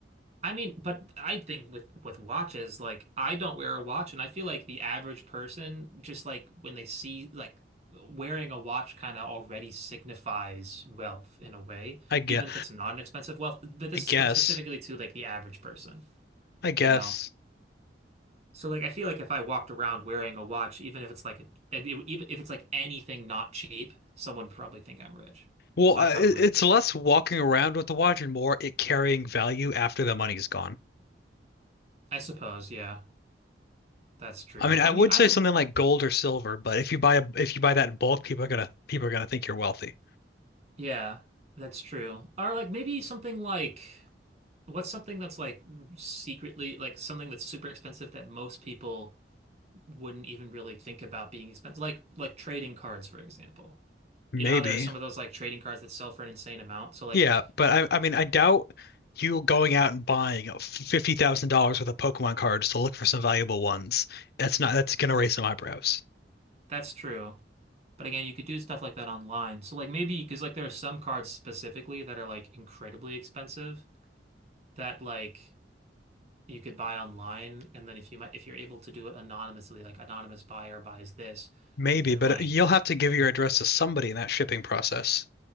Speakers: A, on the right; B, on the left.
A: I mean, but I think with with watches, like I don't wear a watch, and I feel like the average person just like when they see like wearing a watch kind of already signifies wealth in a way,
B: I guess.
A: even if it's not an expensive wealth. But this
B: I guess.
A: like specifically to like the average person,
B: I guess.
A: you know? So like I feel like if I walked around wearing a watch, even if it's like a, and it- even if it's like anything not cheap, someone would probably think I'm rich.
B: Well,
A: So
B: I,
A: I probably
B: it-
A: would,
B: it's less walking around with the watch and more it carrying value after the money's gone.
A: I suppose, yeah, that's true.
B: I mean, I
A: I mean,
B: would
A: I
B: say
A: would.
B: something like gold or silver, but if you buy a, if you buy that in bulk, people are gonna people are gonna think you're wealthy.
A: Yeah, that's true. Or like maybe something like what's something that's like secretly like something that's super expensive that most people wouldn't even really think about being expensive. Like like trading cards, for example.
B: Maybe.
A: You know how there are some of those like trading cards that sell for an insane amount? So like
B: Yeah, but I I mean, I doubt you going out and buying fifty thousand dollars worth of Pokemon cards to look for some valuable ones. That's not that's gonna raise some eyebrows.
A: that's true. But again, you could do stuff like that online. So like maybe because like there are some cards specifically that are like incredibly expensive that like you could buy online and then if you might if you're able to do it anonymously like anonymous buyer buys this
B: Maybe,
A: then
B: but
A: like
B: you'll have to give your address to somebody in that shipping process.